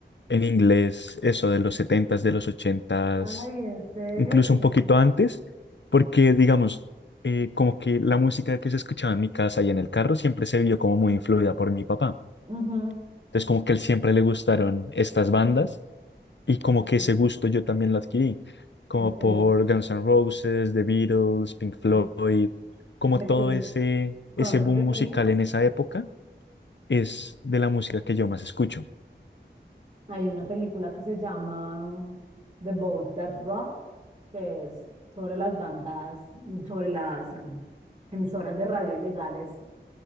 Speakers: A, on the left (about 75°); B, on the right (about 35°).
A: en inglés, eso de los setentas, de los ochentas,
B: Ay, en serio,
A: incluso
B: mi.
A: un poquito antes, porque digamos, eh, como que la música que se escuchaba en mi casa y en el carro siempre se vio como muy influida por mi papá.
B: Ujú,
A: Entonces, como que a él siempre le gustaron estas bandas. Y como
B: sí,
A: que ese gusto yo también lo adquirí, como
B: Ok.
A: por Guns N' Roses, The Beatles, Pink Floyd,
B: Mm.
A: como
B: The
A: todo
B: Kings.
A: ese,
B: ¿Conoces
A: ese boom
B: The
A: musical
B: Kings?
A: en esa época es de la música que yo más escucho.
B: Hay una película que se llama The Boat That Rocked, que es sobre las bandas, sobre las em, emisoras de radio ilegales